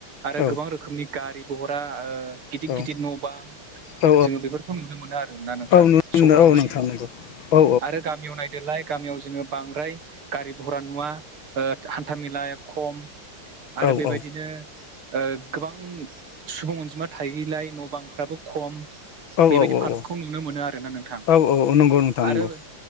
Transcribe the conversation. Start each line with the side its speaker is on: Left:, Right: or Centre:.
Right: आरो
Left: औ
Right: गोबां रोखोमनि गारि भहरा ओ गिदिर
Left: औ
Right: गिदिर न' बां,
Left: औ
Right: जोङो बेफोरखौ नुनो मोनो आरोना नोंथां
Left: औ नुनो मोनो
Right: सहराव
Left: औ
Right: नायोब्ला
Left: नोंथां नंगौ औ
Right: आरो गामियाव नाय, देलाय गामियाव जोङो बांद्राय गारि घरा नुवा ओ हान्था मेेलाया खम, आरो
Left: औ
Right: बेबायदिनो,
Left: औ
Right: ओ गोबां सुबुं अनजिमा थायैलाय न' बांफ्रा, खम बेबायदि
Left: औ औ
Right: फारागखौ
Left: औ
Right: नुनो मोनो आरोना नोंथां
Left: औ औ औ नंगौ नोंथां
Right: आरो
Left: नंगौ